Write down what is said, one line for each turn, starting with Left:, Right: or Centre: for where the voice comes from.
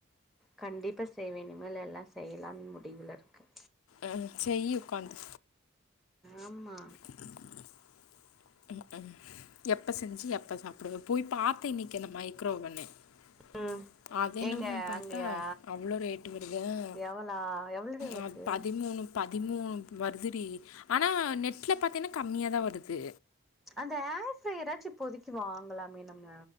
Centre: கண்டிப்ப செய்வே இனிமேல் எல்லா செய்யலான் முடிவுல இருக்க
Left: அ செய்யி உக்காந்து
Centre: ஆம்மா
Left: <inaudible> ம் ம் எப்போசெஞ்சு எப்ப சாப்புடுவ போய் பாத்தே இன்னிக் அந்த மைக்ரோவன்னு <inaudible>
Centre: ம்
Left: அதென்னம்மோ
Centre: எங்க
Left: பாத்தா
Centre: அங்கயா
Left: அவ்ளோ ரேட்டு வருது அ
Centre: எவளா எவ்ளடி வருது
Left: அ பதிமூணு பதிமூணு வர்துடி ஆனா நெட்ல பாத்தீன கம்மியாதா வருது
Centre: அந்த ஆர் ப்ரய்ராச்சு இப்போதிக்கி வாங்குலாமே நம்ம